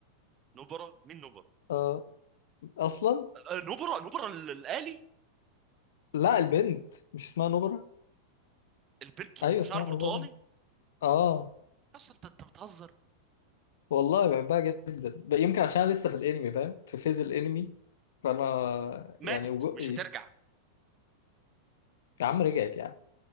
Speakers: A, on the right; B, on the left.
A: نبرة مين نبرة
B: آه. اصلا
A: آه، نبرة نبرة ال- الآلي
B: لا البنت مش اسمها نوبرا
A: البنت
B: ايوه
A: أم شعر
B: اسمها
A: برتقالي
B: نوبرا اه
A: أصلا أنت أنت بتهزر
B: والله بحبها جدا ب- يمكن عشان أنا لسه في الانمي فاهم في فيز الانمي فانا
A: ماتت
B: يعني وجو...
A: مش
B: يا
A: هترجع
B: عم رجعت يعني